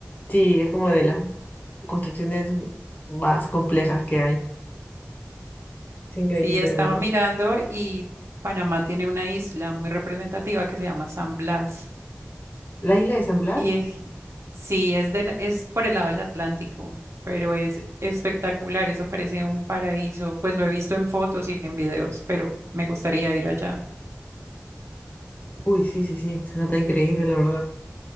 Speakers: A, on the left (about 40°); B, on the right (about 65°).
A: sí, es como de las construcciones más complejas que hay. Es increíble,
B: Sí, estaba
A: la verdad.
B: mirando y Panamá tiene una isla muy representativa que se llama San Blas.
A: ¿La isla de San Blas?
B: Y sí, es del, es por el lado del Atlántico, pero es espectacular, eso parece un paraíso. Pues lo he visto en fotos y en videos, pero me gustaría ir allá.
A: Uy, sí, sí, sí, se nota increíble, la verdad.